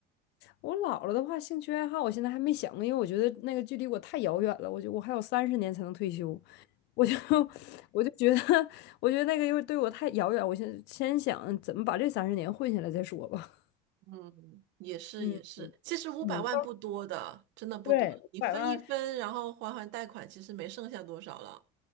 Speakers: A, on the left (about 60°); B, on the right (about 60°).
A: 我老了的话，兴趣爱好我现在还没想，因为我觉得那个距离我太遥远了。我觉得我还有三十年才能退休，我就 <laughs> 我就觉得，我觉得那个又对我太遥远。我现在先想怎么把这三十年混下来再说吧。
B: 嗯，也是也是，
A: 嗯
B: 其实五百万不多的，
A: 嗯，
B: 真的不多，
A: 对，五百万
B: 你分一分，然后还还贷款，其实没剩下多少了。